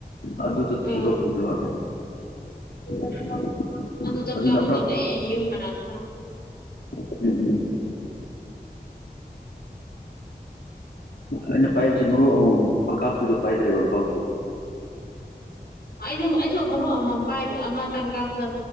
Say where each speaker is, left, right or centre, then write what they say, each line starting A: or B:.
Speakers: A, on the left; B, on the left.
A: ꯑꯗꯨꯗ ꯊꯤꯕ
B: ꯎꯝ
A: ꯐꯪꯗ꯭ꯔꯥꯕ <unintelligible>
B: ꯑꯗꯨꯗ
A: ꯑꯗꯨꯅ
B: ꯀꯞꯄ
A: ꯑꯃꯛ
B: ꯉꯝꯗꯤꯌ‌ꯦ ꯌꯨꯝ ꯃꯅꯥꯛꯇ
A: ꯎꯝ ꯎꯝ ꯑꯩꯅ ꯄꯥꯏꯕꯁ‌ꯦ ꯃꯔꯨ ꯑꯃꯃꯝ ꯀꯥꯞꯄꯗ, ꫭꯄꯥꯏꯗ꯭ꯔꯦ ꯑꯃꯨꯛꯐꯥꯎꯁꯨ
B: ꯑꯩꯁꯨ ꯑꯩꯁꯨ ꯃꯔꯨꯞ ꯑꯃꯃꯝ ꯄꯥꯏꯕ ꯑꯃꯇꯪ ꯀꯥꯞꯄꯗ